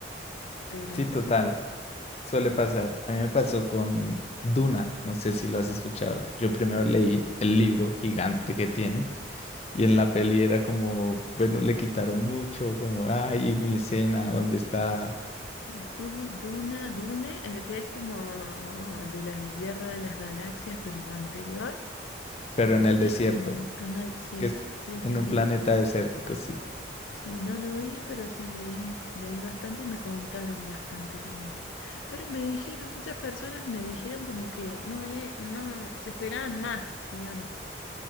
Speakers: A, on the left; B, on the left.
A: Pero
B: Sí, total,
A: sí,
B: suele pasar. A mí me pasó con Duna, no sé si lo has escuchado. Yo primero leí el libro gigante que tiene. Y en la peli era como, bueno, le quitaron mucho, como, ay, mi escena,
A: eh,
B: ¿dónde está?
A: Du- Duna, Dune, el que es como de la Guerra de las Galaxias, pero anterior,
B: pero
A: algo
B: en
A: así.
B: el desierto,
A: o n- ana- sí,
B: que es
A: sí, sí,
B: en un
A: sí.
B: planeta desértico, sí.
A: Sí, no lo vi, pero sí leí, leí bastante y me contaron bastante también. Pero me dijeron, muchas personas me dijeron como que no, e- no se esperaban más, digamos.